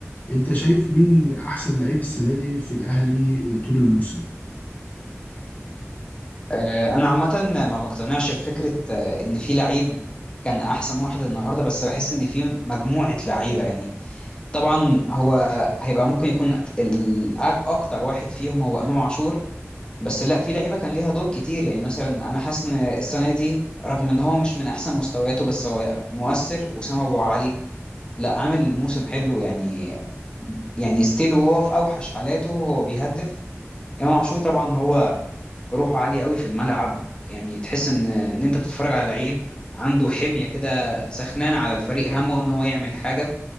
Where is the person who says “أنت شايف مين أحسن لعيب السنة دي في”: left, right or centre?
Left